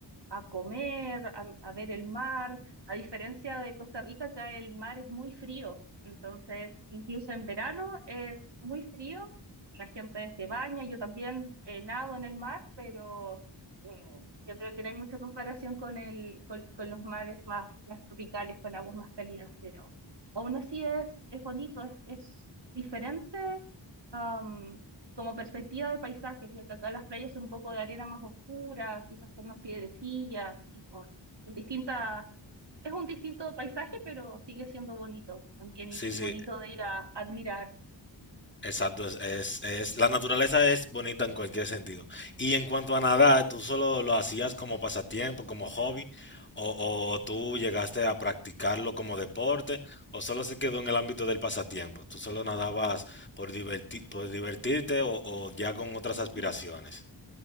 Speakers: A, on the right (about 65°); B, on the left (about 25°).
A: a comer, a, a ver el mar. A diferencia de Costa Rica, acá el mar es muy frío, entonces incluso en verano es muy frío, la gente se baña, yo también eh, nado en el mar, pero yo creo que no hay mucha comparación con el, con, con los mares más, más tropicales, con aguas más cálidas, pero aún así es, es bonito, es, es diferente am, como perspectiva de paisajes, ya que acá las playas son un poco de arena más oscura, quizás con más piedrecillas y con, con distintas, es un distinto paisaje, pero sigue siendo bonito también
B: Sí,
A: y, y
B: sí,
A: bonito de ir a admirar.
B: Exacto, es, es, es- la naturaleza es bonita en cualquier sentido. Y en cuanto a nadar, ¿tú solo lo hacías como pasatiempo, como hobby, o, o tú llegaste a practicarlo como deporte, o solo se quedó en el ámbito del pasatiempo? ¿Tú solo nadabas por diverti- por divertirte o, o ya con otras
A: <clears throat>
B: aspiraciones?